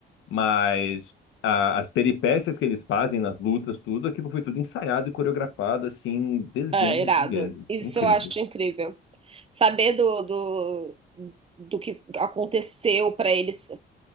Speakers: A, on the left; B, on the right.
A: Mas a- as peripécias que eles fazem nas lutas, tudo, aquilo foi tudo ensaiado e coreografado, assim, dezenas
B: é irado.
A: de vezes.
B: Isso
A: É Incrível.
B: eu acho incrível. saber do, do, do que aconteceu para eles